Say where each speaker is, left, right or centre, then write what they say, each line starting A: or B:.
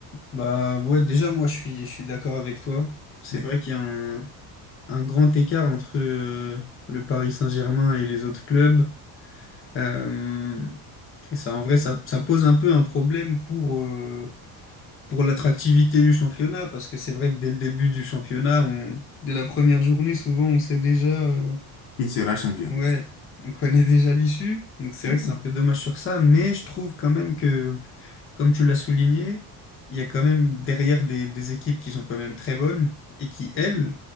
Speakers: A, on the left; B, on the left.
A: Bah ouais, déjà, moi, je suis, je suis d'accord avec toi. C'est
B: mais
A: vrai qu'il y a un, un grand écart entre euh, le Paris Saint-Germain et les autres clubs. Euh, Et ça, en vrai, ça, ça pose un peu un problème pour, euh, pour l'attractivité du championnat, parce que c'est vrai que dès le début du championnat, on, dès la première journée, souvent, on sait déjà, euh,
B: qui sera champion?
A: ouais, on connaît déjà l'issue. Donc c'est
B: Hmm,
A: vrai que c'est un peu dommage sur ça, mais je trouve quand même que comme tu l'as souligné, il y a quand même derrière des, des équipes qui sont quand même très bonnes et qui, elles,